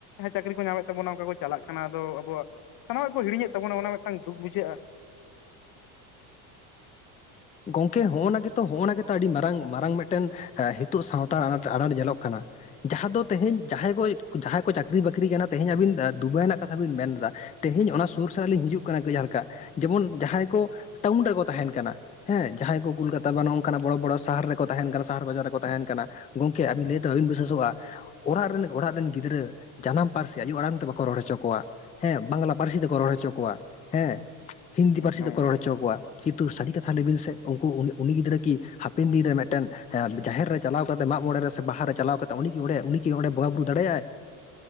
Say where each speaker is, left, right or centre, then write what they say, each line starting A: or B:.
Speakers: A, on the left (about 55°); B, on the left (about 15°).
A: ᱪᱟᱹᱠᱨᱤ ᱠᱚ ᱧᱟᱢᱮᱫ ᱛᱟᱵᱚᱱᱟ ᱚᱝᱠᱟ ᱠᱚ ᱪᱟᱞᱟᱜ ᱠᱟᱱᱟ ᱟᱫᱚ ᱟᱵᱚᱣᱟᱜ, ᱥᱟᱱᱟᱢᱟᱜ ᱠᱚ ᱦᱤᱲᱤᱧ ᱛᱟᱵᱚᱱᱟ ᱚᱱᱟ ᱢᱤᱫᱴᱟᱝ ᱫᱩᱠ ᱵᱩᱡᱷᱟᱹᱜᱼᱟ ᱾
B: ᱜᱚᱝᱠᱮ ᱦᱚᱸᱜᱼᱚᱱᱟ ᱜᱮᱛᱚ ᱦᱚᱸᱜᱼᱚᱱᱟ ᱜᱮᱛᱚ ᱟᱹᱰᱤ ᱢᱟᱨᱟᱝ ᱢᱟᱨᱟᱝ ᱢᱤᱫᱴᱮᱱ ᱦᱮᱸ ᱦᱤᱛᱚᱜ ᱥᱟᱶᱛᱟ ᱟᱱᱟᱴ ᱟᱱᱟᱴ ᱧᱮᱞᱚᱜ ᱠᱟᱱᱟ ᱾ ᱡᱟᱦᱟᱸ ᱫᱚ ᱛᱮᱦᱮᱧ ᱡᱟᱦᱟᱸᱭ ᱠᱚ ᱡᱟᱦᱟᱸᱭ ᱠᱚ ᱪᱟᱠᱨᱤ ᱵᱟᱠᱨᱤ ᱠᱟᱱᱟ ᱛᱮᱦᱤᱧ ᱟᱵᱤᱱ ᱮᱸ ᱫᱩᱵᱟᱭ ᱨᱮᱱᱟᱜ ᱠᱟᱛᱷᱟ ᱵᱤᱱ ᱢᱮᱱᱫᱟ, ᱛᱮᱦᱮᱧ ᱚᱱᱟ ᱥᱩᱨ ᱥᱟᱨ ᱞᱤᱧ ᱦᱤᱡᱩᱜ ᱠᱟᱱᱟ ᱠᱟᱹᱡ ᱦᱟᱞᱠᱟ ᱡᱮᱢᱚᱱ ᱡᱟᱦᱟᱸᱭ ᱠᱚ ᱴᱟᱣᱩᱱ ᱨᱮᱠᱚ ᱛᱟᱦᱮᱸᱱ ᱠᱟᱱᱟ ᱦᱮᱸ, ᱡᱟᱦᱟᱸᱭ ᱠᱚ ᱠᱳᱞᱠᱟᱛᱟ ᱵᱟ ᱱᱚᱜ-ᱚ ᱱᱚᱝᱠᱟ ᱱᱟᱜ ᱵᱚᱲᱚ ᱵᱚᱲᱚ ᱥᱟᱦᱟᱨ ᱨᱮᱠᱚ ᱛᱟᱦᱮᱸᱱ ᱠᱟᱱᱟ ᱥᱟᱦᱟᱨ ᱵᱟᱡᱟᱨ ᱨᱮᱠᱚ ᱛᱟᱦᱮᱸᱱ ᱠᱟᱱᱟ ᱾ ᱜᱚᱝᱠᱮ ᱟᱵᱤᱱ ᱞᱟᱹᱭ ᱛᱮ ᱵᱟᱵᱤᱱ ᱵᱟᱵᱮᱱ ᱵᱤᱥᱟᱹᱥᱚᱜᱼᱟ, ᱚᱲᱟᱜ ᱨᱮᱱ ᱚᱲᱟᱜ ᱨᱮᱱ ᱜᱤᱫᱽᱨᱟᱹ ᱡᱟᱱᱟᱢ ᱯᱟᱹᱨᱥᱤ ᱟᱭᱚ ᱟᱲᱟᱝ ᱛᱮ ᱵᱟᱠᱚ ᱨᱚᱲ ᱦᱚᱪᱚ ᱠᱚᱣᱟ ᱾ ᱦᱮᱸ ᱵᱟᱝᱞᱟ ᱯᱟᱨᱥᱤ ᱛᱮᱠᱚ ᱨᱚᱲ ᱦᱚᱪᱚ ᱠᱚᱣᱟ ᱦᱮᱸ ᱾ ᱦᱤᱱᱫᱤ
A: ᱮᱠᱫᱚᱢ
B: ᱯᱟᱨᱥᱤ ᱛᱮᱠᱚ ᱨᱚᱲ ᱦᱚᱪᱚ ᱟᱠᱚᱣᱟ, ᱠᱤᱱᱛᱩ ᱥᱟᱨᱤ ᱠᱟ <unintelligible> ᱞᱟᱹᱭ ᱵᱤᱱ ᱥᱮ ᱩᱱᱠᱩ ᱩᱱᱤ ᱩᱱᱤ ᱜᱤᱫᱽᱨᱟᱹ ᱠᱤ ᱦᱟᱯᱮᱱ ᱫᱤᱱ ᱨᱮ ᱢᱤᱫᱴᱮᱱ ᱦᱮᱸ ᱡᱟᱦᱮᱨ ᱨᱮ ᱪᱟᱞᱟᱣ ᱠᱟᱛᱮᱜ ᱢᱟᱜ ᱢᱚᱬᱮ ᱨᱮ ᱥᱮ ᱵᱟᱦᱟ ᱨᱮ ᱪᱟᱞᱟᱣ ᱠᱟᱛᱮ ᱩᱱᱤ ᱠᱤ ᱚᱸᱰᱮ ᱩᱱᱤ ᱠᱤ ᱚᱸᱰᱮ ᱵᱚᱸᱜᱟ ᱵᱩᱨᱩ ᱫᱟᱲᱮᱭᱟᱜᱼᱟᱭ ᱾